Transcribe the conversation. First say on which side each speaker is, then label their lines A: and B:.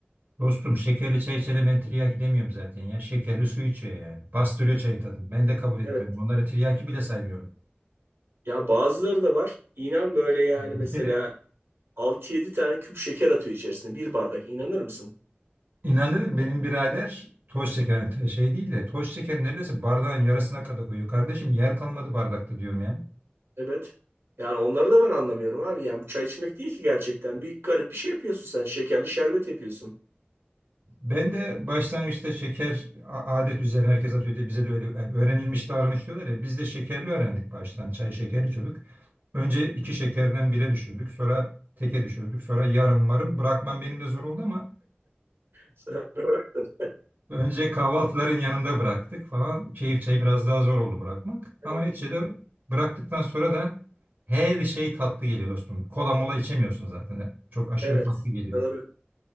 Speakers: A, on the right; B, on the right.
A: Dostum şekerli çay içene ben tiryaki demiyorum zaten ya. Şekerli su içiyor yani. Bastırıyor çayın tadını. Ben de kabul etmiyorum.
B: Evet.
A: Onları tiryaki bile saymıyorum.
B: Ya bazıları da var. İnan böyle yani
A: <laughs>
B: mesela altı yedi tane küp şeker atıyor içerisine bir bardak inanır mısın?
A: İnanırım benim birader toz şeker şey değil de toz şeker neredeyse bardağın yarısına kadar koyuyor. Kardeşim yer kalmadı bardakta diyorum ya.
B: Evet. Yani onları da ben anlamıyorum abi. Yani bu çay içmek değil ki gerçekten. Bir garip bir şey yapıyorsun sen. Şekerli şerbet yapıyorsun. <laughs>
A: Ben de başlangıçta şeker a- adet üzerine herkes atıyor diye bize de öyle yani öğrenilmiş davranış diyorlar ya biz de şekerli öğrendik baştan çay şekerli içiyorduk. Önce iki şekerden bire düşürdük sonra teke düşürdük sonra yarım marım bırakmam benim de zor oldu ama
B: Sen bıraktın.
A: önce kahvaltıların yanında bıraktık falan keyif çayı biraz daha zor oldu bırakmak
B: Evet.
A: ama neticede bıraktıktan sonra da her şey tatlı geliyor dostum kola mola içemiyorsun zaten çok aşırı
B: Evet.
A: tatlı geliyor.
B: Doğru.